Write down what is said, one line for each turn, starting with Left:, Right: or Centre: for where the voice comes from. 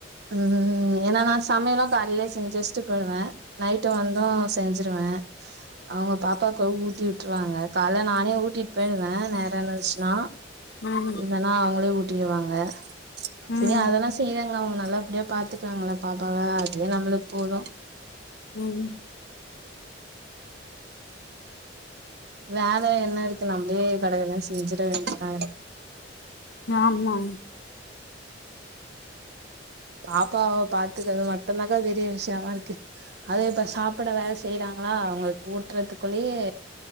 Right: ம் ஏன்னா நா சமையலு காலைலே செஞ்சு வெச்சிட் போய்டுவே நைட்டு வந்தோ செஞ்சிருவே. அ அவுங்க பாப்பாக்கோ ஊட்டி விட்டுருவாங்க காலை நானே ஊட்டிட் போய்டுவ நேரோ இருந்துச்சுனா.
Left: ம்
Right: இல்லன்னா அவுங்ளே ஊட்டிடுவாங்க செரி
Left: ம்
Right: அதெல்லா செய்றாங்க அவுங்க தா நல்லபடியா பாத்துக்கிறாங்கல்ல பாப்பாவ அதுவே நம்முளுக்கு போதோ
Left: ம்
Right: வேல என்ன இருக்கு நம்ளே கடகடனு செஞ்சிட வேண்டியதா.
Left: ஆமா
Right: பாப்பாவ பாத்துக்கறது மட்டுந்தாக்கா பெரிய விஷயமா இருக்கு அதுவே இப்ப சாப்ட வேற செய்றாங்ளா அவுகுங்ளுக்கு ஊட்டுறதுக்குள்ளயே